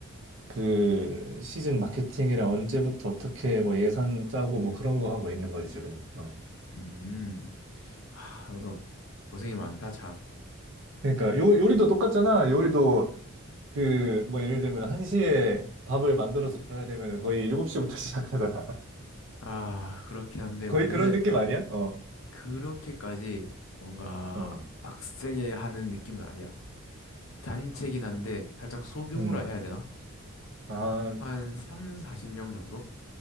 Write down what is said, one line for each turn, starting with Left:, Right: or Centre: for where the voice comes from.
Right: 그 시즌 마케팅이랑 언제부터 어떻게 뭐 예산 짜고 뭐 그런 거 하고 있는 거지, 지금은. 어.
Left: 음. 하, 너도 고생이 많다, 참.
Right: 그러니까 요, 요리도 똑같잖아. 요리도 그, 뭐, 예를 들면, 1시에 밥을 만들어서 줘야 되면 거의 7시부터 <laughs> 시작하잖아.
Left: 아, 그렇긴 한데
Right: 거의
Left: 우리는
Right: 그런 느낌 아니야? 어,
Left: 그렇게까지 뭔가
Right: 어.
Left: 빡세게 하는 느낌은 아니야. 단체긴 한데 살짝 소규모라
Right: 음.
Left: 해야 되나?
Right: 아,
Left: 한 3, 40명 정도?